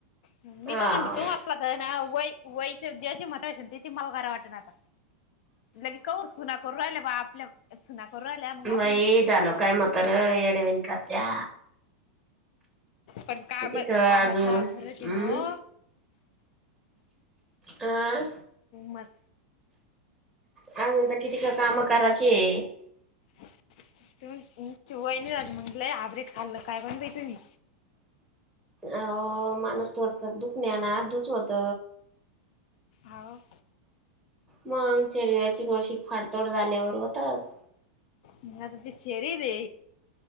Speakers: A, on the left; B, in the centre.
A: मी
B: हाव
A: तर म्हणते, तुमला तर ना वय वयच्या ज्याची म्हता शमतेती मला खरा वाट ना आता. लगे काहो सुना करू राहिल्या बघा आपल्या, सुना करू राहिल्या मग आप
B: काही झालो काय म्हातार येड्या वाणी कर्त्या.
A: पण काम
B: किती क
A: कामाचा
B: अजून हम्म
A: फरक आहे ना हो.
B: आं
A: मग
B: काय म्हणता किती कर कामं करायचीये.
A: तुम्ही हम्म तुमची वहिनी राहत, मग हायब्रीड खाल्लं काय पण बी तुम्ही?
B: आओ माणूस थोडस दुख न्याना आतुच होत.
A: हा अ.
B: मग शरीराची थोडीशी फाडतोड झाल्यावर होतच.
A: मग आता ते शेरीर रे.